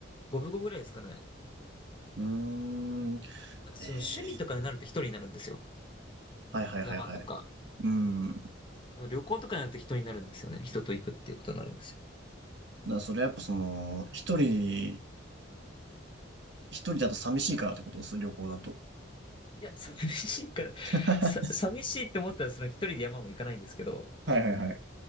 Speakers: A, on the left (about 25°); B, on the right (about 60°).
A: 五分五分ぐらいですかね。
B: うーん。
A: なんかその趣味とかになると一人になるんですよ。
B: ええ。はいはいはいはい。
A: 山とか。
B: うん。だか
A: でも旅行とかになると人になるんですよね。人と行くっていうことになるんですよね。
B: らそれはやっぱその、一人、一人だと寂しいからってことです、旅行だと。
A: いや、寂しいから、
B: <laughs> は
A: さ、寂しいって思ったらその一人で山も行かないんですけど、
B: いはいはい。